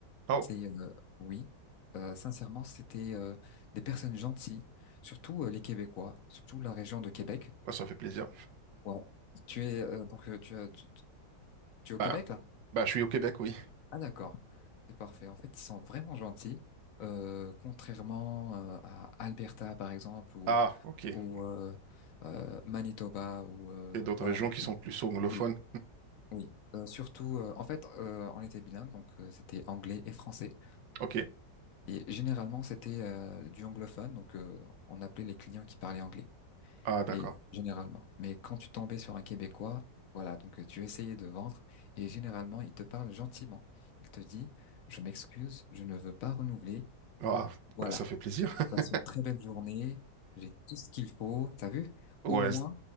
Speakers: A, on the right; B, on the left.
A: Oh,
B: C'est, euh, oui, euh, sincèrement, c'était euh, des personnes gentilles, surtout euh, les Québécois, surtout la région de Québec.
A: bah, ça fait plaisir.
B: Ouais. Tu es, euh, donc, euh, tu, as- tu, tu es au
A: Bah,
B: Québec, là?
A: bah, je suis au Québec, oui.
B: Ah, d'accord. C'est parfait. En fait, ils sont vraiment gentils. Euh, contrairement euh, à Alberta, par exemple, ou
A: Ah, ok. Il
B: ou euh, euh, Manitoba ou euh,
A: y a d'autres
B: voilà.
A: régions qui sont plus anglophones.
B: Oui, oui. Euh, surtout, euh, en fait, euh, on était bilingue, donc euh, c'était anglais et français.
A: Ok.
B: Et généralement, c'était euh, du anglophone, donc euh, on appelait les clients qui parlaient anglais.
A: Ah, d'accord.
B: Et généralement. Mais quand tu tombais sur un Québécois, voilà, donc euh, tu essayais de vendre et généralement, il te parle gentiment. Il te dit, je m'excuse, je ne veux pas renouveler.
A: Ah,
B: Voilà.
A: bah, ça fait plaisir. <laughs>
B: passe une très belle journée, j'ai tout ce qu'il faut, t'as vu?
A: Ouais,
B: Au moins,